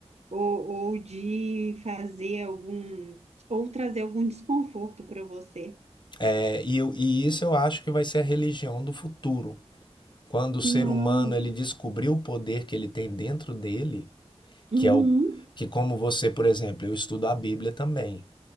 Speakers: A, on the right (about 80°); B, on the left (about 45°).
A: ou, ou de fazer algum, ou trazer algum desconforto para você.
B: é, e, eu- e isso eu acho que vai ser a religião do futuro. Quando o ser
A: Não.
B: humano ele descobriu o poder que ele tem dentro dele,
A: Uhum,
B: que é o que como você, por exemplo, eu estudo a Bíblia também.